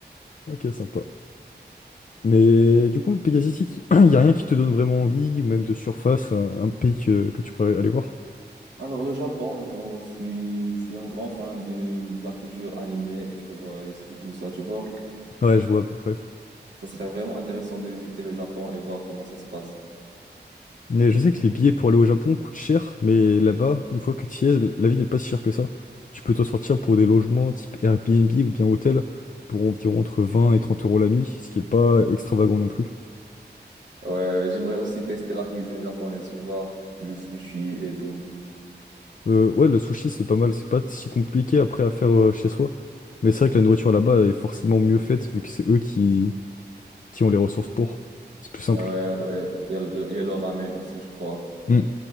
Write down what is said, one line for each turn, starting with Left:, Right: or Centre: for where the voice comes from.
Left: Ok, sympa. Mais du coup, Pays asiatique, <clears throat> il n'y a rien qui te donne vraiment envie, ou même de surface, un, un pays que, que tu pourrais aller voir?
Right: Alors, le Japon, genre, je suis, je suis un grand fan de la culture animée et tu vois, et et tout ça, tu vois.
Left: Ouais, je vois à peu près.
Right: Ça serait vraiment intéressant de visiter le Japon et voir comment ça se passe.
Left: Mais je sais que les billets pour aller au Japon coûtent cher, mais là-bas, une fois que tu y es, la vie n'est pas si chère que ça. Tu peux te sortir pour des logements type Airbnb ou bien hôtel pour environ entre 20 et 30 euros la nuit, ce qui est pas extravagant non plus.
Right: Ouais, ouais, j'aimerais aussi tester la cuisine japonaise, tu vois, le sushi et tout.
Left: Euh, ouais, le sushi, c'est pas mal. C'est pas si compliqué après à faire euh, chez soi. Mais c'est vrai que la nourriture là-bas est forcément mieux faite vu que c'est eux qui, qui ont les ressources pour. C'est plus simple.
Right: Ouais, ouais, il y a le, il y a le ramen aussi, je crois.
Left: Hmm.